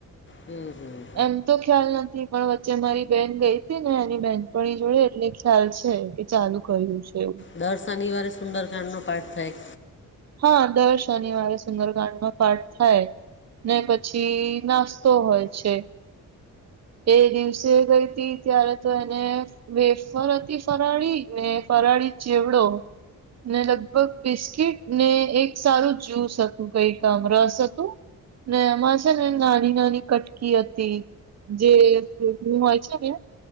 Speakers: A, on the left; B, on the right.
A: હમ હમ.
B: એમ તો ખ્યાલ નથી. પણ વચ્ચે મારી બેન ગઈ હતી ને એની બેહેનપણી પણ એ જોડે એટલે ખ્યાલ છે કે ચાલુ કર્યું છે એવું.
A: દર શનિવારે સુંદરકાંડનો પાઠ થાય.
B: હા દર શનિવારે સુંદરકાડ નો પાઠ થાય. ને પછી નાસ્તો હોય છે. એ દિવસે ગઈ હતી. ત્યારે તો એને વેફર હતી ફરાળી ને ફરાળી ચેવડો. ને લગભગ બિસ્કીિટ ને એક સારું જ્યુસ હતું કઈકામ રસ હતું. ને એમાં છે ને નાની નાની કટકી હતી જે હોય છે ને!